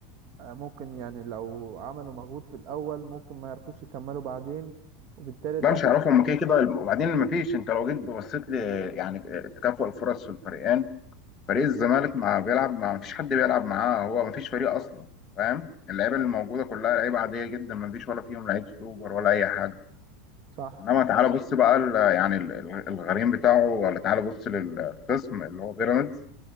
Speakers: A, on the right (about 55°); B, on the left (about 35°).
A: ممكن يعني لو عملوا مجهود في الاول ممكن ما يعرفوش يكملوا بعدين وبالتالي
B: لا
A: ده
B: مش هيعرفوا هم كده كده وبعدين ما فيش انت لو جيت بصيت ل يعني تكافؤ الفرص في الفريقين فريق الزمالك ما بيلعب ما فيش حد بيلعب معاه هو ما فيش فريق اصلا فاهم اللعيبه اللي موجوده كلها لعيبه عاديه جدا ما فيش ولا فيهم لعيب سوبر ولا اي حاجه
A: صح
B: انما تعالى
A: صح.
B: بص بقى ال- يعني ال- ال- الغريم بتاعه ولا تعالى بص للقسم اللي هو بيراميدز